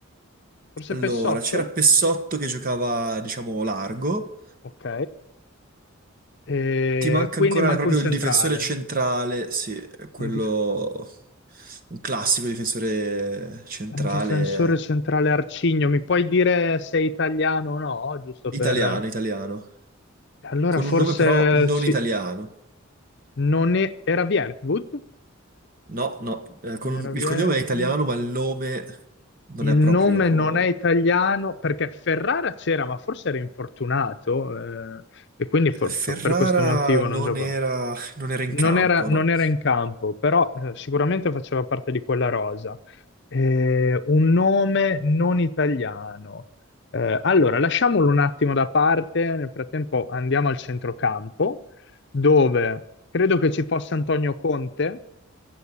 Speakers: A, on the left; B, on the right.
A: forse
B: Allora,
A: Pessotto,
B: c'era Pessotto che giocava, diciamo, largo.
A: ok, Eh,
B: Ti manca
A: quindi
B: ancora
A: manca
B: proprio
A: un centrale.
B: il difensore centrale, sì, quello...
A: Un dif-
B: Un classico difensore centrale
A: Un difensore centrale arcigno, mi puoi dire se è italiano o no? Giusto
B: italiano,
A: per...
B: italiano.
A: Allora
B: Con
A: forse
B: un nome però non
A: ci-
B: italiano.
A: non è... era Vierwood?
B: No, no, eh, con
A: Non
B: un-
A: era Vierwood?
B: il cognome è italiano, ma il nome non
A: Il
B: è proprio...
A: nome non è italiano perché Ferrara c'era, ma forse era infortunato eh, e quindi fo-
B: eh, Ferrara
A: per questo motivo
B: non
A: non giocò.
B: era, non era in
A: Non
B: campo,
A: era, non
B: no.
A: era in campo, però eh, sicuramente faceva parte di quella rosa. Eh, un nome non italiano. Eh, allora, lasciamolo un attimo da parte, nel frattempo andiamo al centrocampo, dove credo che ci fosse Antonio Conte.